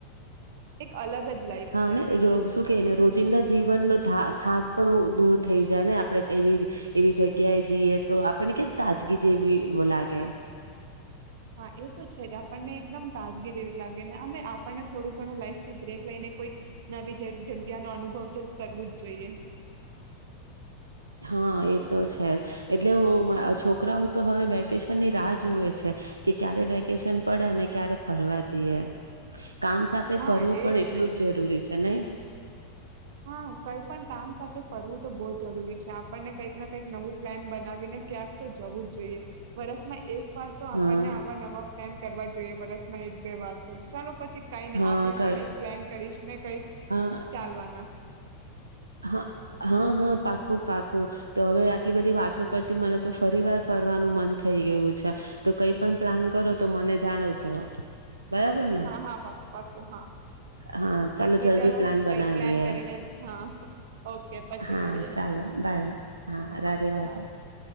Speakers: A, on the right; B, on the right.
A: એક અલગ જ લાઈફ
B: હા
A: છે
B: ને
A: તે તો
B: શું કે ને રોજિંદા જીવનનો થા થાક પણ દૂર થઈ જાય ને આપણે એવી એવી જગ્યાએ જઈએ તો આપણને કેમ તાજગી જેવી લાગે.
A: હા એ તો છે જ આપણને એકદમ તાજગી જે એવી લાગે ને અમે આપણને થોડું ઘણું લાઈફથી બ્રેક લઈને કોઈક નવી જગ્યા નો અનુભવ તો કરવો જ જોઈએ.
B: હા એ તો છે જ એટલે હુ છોકરાઓ તો હવે વેકેશન ની રાહ જુવે છે કે ક્યારે વેકેશન પડે અને ક્યારે ફરવા જઈએ. કામ સાથે
A: હા
B: ફરવું
A: એજ
B: પણ એટલું
A: ને
B: જ જરૂરી છે નય.
A: હા કઈ પણ કામ સાથે ફરવું તો બઉ જરૂરી છે. આપણને કંઈક ના કંઈક નવું પ્લાન બનાવીને ક્યાંક તો જવું જ જો વર્ષમાં એક વાર તો આપને
B: હા,
A: આવા નવા પ્લાન કરવા જોઈએ વરસમાં એક બે વાત તો ચાલો. પછી કઈ નઈ
B: હા,
A: આપણે
B: કર
A: પણ એક પ્લેન કરીશ ને કઈ
B: હા,
A: ચાલવાના
B: હા હા હા પાકું પાકું તો હવે આટલી બધી વાતો પરથી મને તો ફરી વાર ફરવાનું મન થઈ ગયું છે તો કઈ પણ પ્લાન કરો તો મને જાણવજો. બરાબર ને?
A: હા હા પાક્કું પાક્કું હા
B: હા,
A: પછી
B: જલ્દી
A: ચાલો
B: પ્લાન બનાવીએ.
A: કઈક પ્લાન કરીને હા. ઓકે પછી
B: હા,
A: મળીએ
B: ચાલો બાય.
A: હા
B: રાધે રાધે.
A: બાય